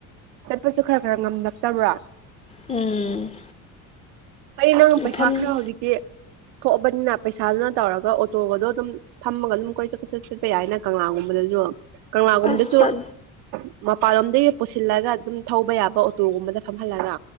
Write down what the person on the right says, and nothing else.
ꯆꯠꯄꯁꯨ ꯈꯔ ꯈꯔ ꯉꯝꯂꯛꯇꯕ꯭ꯔꯥ
ꯍꯥꯏꯗꯤ ꯅꯪ
ꯄꯩꯁꯥ ꯈꯔ ꯍꯧꯖꯤꯛꯇꯤ ꯊꯣꯛꯑꯕꯅꯤꯅ ꯄꯩꯁꯥꯗꯨꯅ ꯇꯧꯔꯒ ꯑꯣꯇꯣꯒꯗꯣ ꯑꯗꯨꯝ ꯐꯝꯃꯒ ꯑꯗꯨꯝ ꯀꯣꯏꯆꯠ ꯀꯣꯢꯆꯠ ꯆꯠꯄ ꯌꯥꯏꯅ ꯀꯪꯂꯥꯒꯨꯝꯕꯗꯁꯨ ꯀꯪꯂꯥꯒꯨꯝꯗꯁꯨ
ꯃꯄꯥꯟꯂꯣꯝꯗꯒꯤ ꯄꯨꯁꯤꯜꯂꯒ ꯑꯗꯨꯝ ꯊꯧꯕ ꯌꯥꯕ ꯑꯣꯇꯣꯒꯨꯝꯕꯗ ꯐꯝꯍꯜꯂꯒ